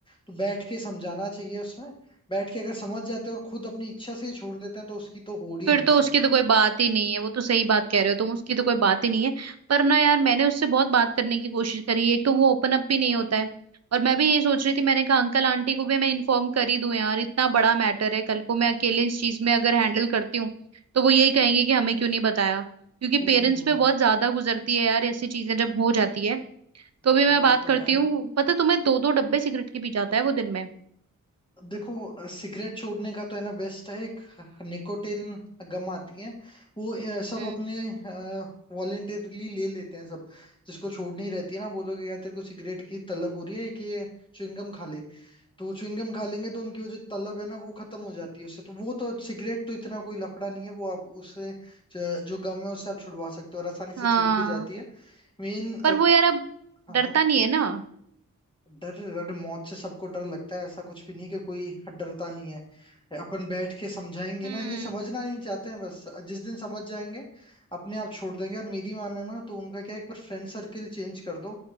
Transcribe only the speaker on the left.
तो बैठ के समझाना चाहिए उसमें बैठ के अगर समझ जाते हैं और खुद अपनी इच्छा से ही छोड़ देते हैं तो उसकी तो होड़ ही
नहीं
है
हम्म
वो
तो
है
देखो अ, सिगरेट छोड़ने का तो है ना बेस्ट है एक निकोटिन गम आती है वो अ, सब
अपने वॉलेंटरली ले लेते हैं सब जिसको छोड़नी रहती है ना वो लोग क्या तेरे को सिगरेट की तलब हो रही है कि ये च्युइंगम खा ले तो वो च्युइंगम खा लेंगे तो उनकी वो जो तलब है ना वो खत्म हो जाती है उससे तो वो तो सिगरेट तो इतना कोई लफड़ा नहीं है वो आप उससे ज- जो गम है उससे आप छुड़वा सकते हो और आसानी
से छूट भी जाती है मेन
हाँ
हाँ
डर डर मौत से सबको डर लगता है ऐसा कुछ भी नहीं कि कोई डरता नहीं है अपन बैठ के समझाएंगे
ना ये समझना नहीं चाहते हैं बस जिस दिन समझ जाएंगे अपने आप छोड़ देंगे और मेरी माने ना तो उनका क्या है, एक बार फ्रेंड सर्किल चेंज कर दो